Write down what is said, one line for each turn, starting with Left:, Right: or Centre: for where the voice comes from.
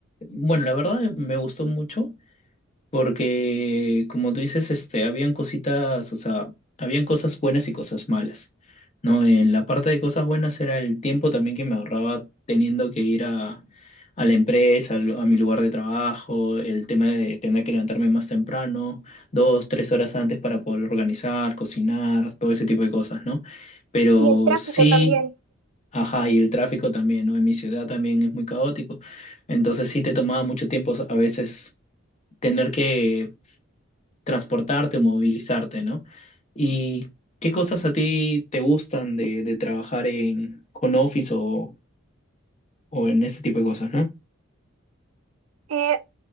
Left: bueno, la verdad me gustó mucho porque, como tú dices, este, habían cositas, o sea, habían cosas buenas y cosas malas, ¿no? En la parte de cosas buenas era el tiempo también que me ahorraba teniendo que ir a, a la empresa, al- a mi lugar de trabajo, el tema de tener que levantarme más temprano, dos, tres horas antes para poder organizar, cocinar, todo ese tipo de cosas, ¿no? Pero
Right: y el tráfico
Left: sí.
Right: también.
Left: Ajá, y el tráfico también, ¿no? En mi ciudad también es muy caótico. Entonces sí te tomaba mucho tiempo a veces tener que transportarte o movilizarte, ¿no? ¿Y qué cosas a ti te gustan de, de trabajar en con Office o, o en este tipo de cosas, ¿no?
Right: Eh,